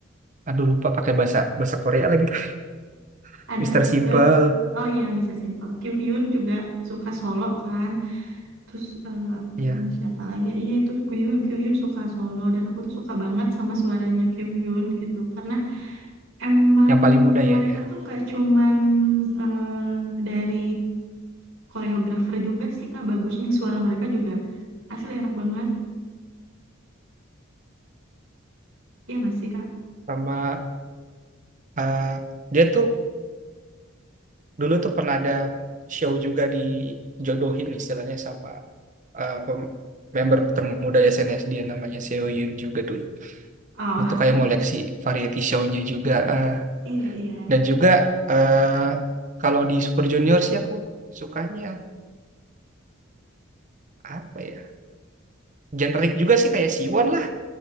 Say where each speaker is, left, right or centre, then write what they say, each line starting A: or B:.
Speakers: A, on the right; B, on the right.
A: aduh lupa pakai bahasa bahasa Korea lagi <laughs>
B: ada
A: Mister Simple
B: eh, oh iya Mr. Simple Kyuhyun juga suka solo kan terus eh,
A: iya
B: sama siapa lagi iya itu Kyuhyun, Kyuhyun suka solo dan aku tuh suka banget sama suaranya Kyuhyun gitu karena emang
A: yang paling muda ya
B: mereka
A: dia
B: tuh nggak cuman eh, dari koreografer juga sih kak bagusnya suara mereka juga asli enak banget ya nggak sih kak
A: sama ah, dia tuh dulu tuh pernah ada show juga dijodohin istilahnya sama eh, pem- member termuda SNSD dia namanya Seo Yun juga dulu.
B: oh
A: Itu tuh kayak ngoleksi variety show-nya juga. eh.
B: <laughs> iya iya
A: dan juga eh kalau di Super Junior sih aku sukanya apa ya? Generik juga sih kayak Siwon lah.